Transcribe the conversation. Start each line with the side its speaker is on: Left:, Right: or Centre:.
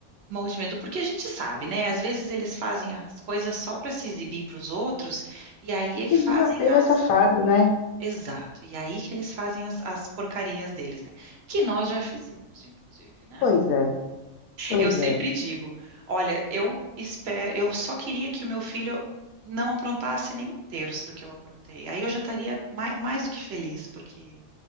Right: morro de medo, porque a gente sabe, né? Às vezes eles fazem as coisas só para se exibir para os outros, e aí
Left: É
Right: é
Left: Porque
Right: que
Left: a gente
Right: fazem
Left: já teve
Right: as
Left: essa fase, né?
Right: Exato, e aí que eles fazem as, as porcarias deles, né? Que nós já fizemos, inclusive, né?
Left: Pois é, pois
Right: Eu sempre
Left: é.
Right: digo, olha, eu espero, eu só queria que o meu filho não aprontasse nem um terço do que eu aprontei. Aí eu já estaria mais, mais do que feliz, porque,